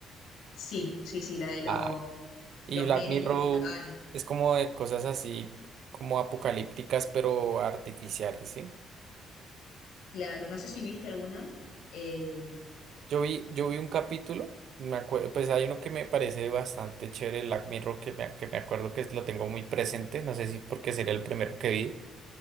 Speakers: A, on the left; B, on the right.
A: Sí, sí, sí, la de los,
B: Ah.
A: los
B: Y Black
A: nenes
B: Mirror
A: que estaban,
B: es como de cosas así, como apocalípticas, pero artificiales, ¿sí?
A: claro, no sé si viste alguna. Eh,
B: Yo vi, yo vi un capítulo, me acuerdo, pues hay uno que me parece bastante chévere, Black Mirror, que me, que me acuerdo que lo tengo muy presente, no sé si porque sería el primero que vi,